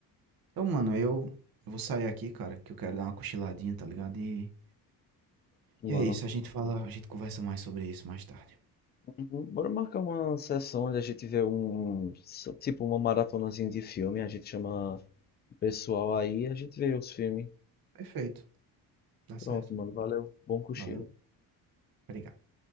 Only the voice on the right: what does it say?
Então, mano, eu vou sair aqui, cara, que eu quero dar uma cochiladinha, tá ligado? E,
e é isso, a gente fala, a gente conversa mais sobre isso mais tarde.
Perfeito, dá certo.
Valeu, obrigado.